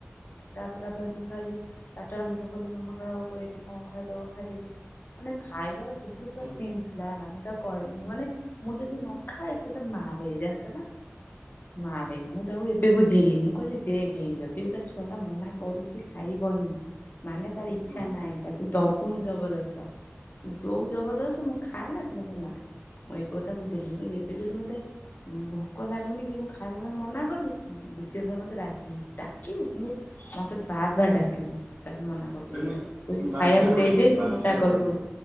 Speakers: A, on the left (about 50°); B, on the right (about 50°).
A: ତା ପରେ ଗାଧୁଆବେଳେ ସେମିତି ଖାଇବି। ଚାରି ଟା ବେଳେ ଭୋକ କଲେ, ମାମା ଖାଇବ, ଗୋଳେଇକି କଣ ଖୁଆଇଦବ, ଖାଇଦେବି। ମାନେ ଖାଇବାର <unintelligible>
B: ହୁଁ
A: ସେମ୍। ହେଲା ହେଲା। ମୁଁ ତାକୁ କହେ, ମୁଁ ମାନେ ମୁଁ ଯଦି ନଖାଏ, ସେ ମତେ ମାରେ, ଜାଣିଚ ନା? ମାରେ, ମୁଁ ତାକୁ ଏବେ ବୁଝେଇଲି, ମୁଁ କହିଲି ଦେଖି ଯଦି ଗୋଟେ ଛୁଆ ଟା ମନା କରୁଚି ଖାଇବନି, ମାନେ ତାର ଇଛା
B: ହୁଁ
A: ନାହିଁ। ତାକୁ ଦବୁନୁ ଜବରଦସ୍ତ ଦଉ ଜବରଦସ୍ତ, ମୁଁ ଖାଏ ନା, ତ ମତେ ମାରେ, ମୁଁ ଏ କଥା ବୁଧେଇଲି, ମୁ କହିଲି ଏବେ ଯଦି ମତେ ଭୋକ ଲାଗୁନି କି ମୁଁ ଖାଇବା ପାଇଁ ମନା କରିଚି, ଦ୍ୱତୀୟ ଥର ମତେ ଡାକିବୁନି, ଡାକିବୁ ମୁଁ ମତେ ବାର ବାର ଡାକିବୁନି, ତାକୁ ମନା କରୁଚି
B: ମାନେ
A: ଏବେ, କହୁଚି ଖାଇବାକୁ
B: ବାଧ୍ୟ କରିବୁନି
A: ଦେଇ ଦେଇ ତୁ
B: ବାଧ୍ୟ
A: ମୋଟା
B: କରିବୁନି
A: କରିଦେ